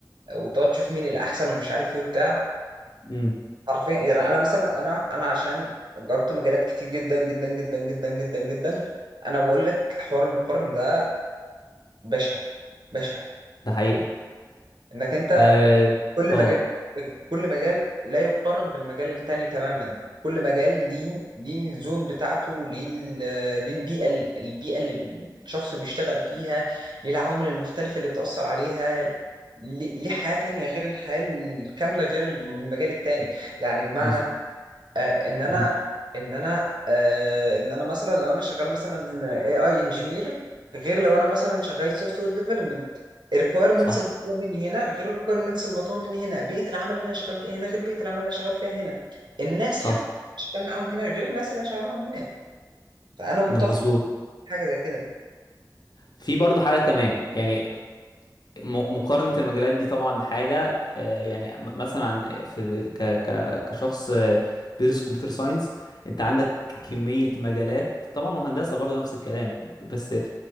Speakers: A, on the right (about 85°); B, on the left (about 65°).
A: وتقعد تشوف مين اللي احسن ومش عارف ايه وبتاع
B: امم
A: حرفيا يعني انا مثلا انا انا عشان جربت مجالات كتير جدا جدا جدا جدا جدا جدا انا بقول لك حوار المقارنه ده بشع بشع
B: ده حقيقي
A: انك انت
B: اه
A: كل
B: آه،
A: مجال كل مجال لا يقارن بالمجال التاني تماما كل مجال ليه ليه الزون بتاعته ليه ال- ليه البيئة ال- البيئة اللي الشخص بيشتغل فيها ليه العوامل المختلفة اللي بتأثر عليها ليه ليه حياة تانية غير الحياة الكاملة غير المجال التاني يعني بمعنى
B: مظبوط
A: آه، ان انا
B: امم
A: ان انا آه، ان انا مثلا لو انا شغال مثلا اي اي انجينير غير لو انا مثلا شغال سوفت وير ديفلوبمنت الريكويرمنتس
B: صح
A: المطلوبه مني هنا غير الريكويرمنتس المطلوبه مني هنا بيئه العمل اللي انا شغال فيها هنا غير بيئه العمل اللي انا شغال فيها هنا الناس
B: صح
A: حتى اللي شغال معاهم هنا غير الناس اللي انا شغال معاهم هنا فانا متفق
B: ده مظبوط
A: مع حاجه زي كده
B: في برضو حاجه كمان يعني م- مقارنة المجالات دي طبعا حاجة آه، يعني م- مثلا عن في ال- ك ك كشخص آه، بيدرس كمبيوتر ساينس انت عندك كمية مجالات طبعا وهندسة برضه نفس الكلام بس آه،